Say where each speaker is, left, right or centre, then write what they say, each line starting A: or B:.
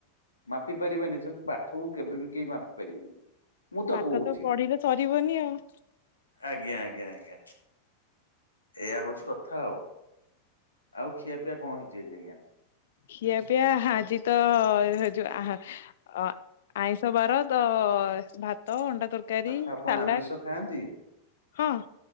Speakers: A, on the left; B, on the left.
A: ମାପି ପାରିବାନି ସେମିତି ପାଠକୁ କେବେବି କେହି ମାପ ପି ପାରିବେନି। ମୁଁ
B: ପାଠ
A: କହୁଛି।
B: ତ ପଢିଲେ ସରିବନି ଆଉ।
A: ଆଜ୍ଞା ଆଜ୍ଞା ଆଜ୍ଞା ଏଇଆ ହଉଛି କଥା ଆଉ। ଆଉ ଖିଆ ପିଆ କଣ ହେଇଛି ଆଜି ଆଜ୍ଞା।
B: ଖିଆ ପିଆ ଆଜି ତ ଯୋଉ ଆହା ଅ ଆଇଁଷ ବାର ତ ଭାତ ଅଣ୍ଡା ତର କାରି
A: ଆଚ୍ଛା ଆପଣ
B: ସାଲାଟ
A: ଆମିଷ ଖାଆନ୍ତି
B: ହଁ।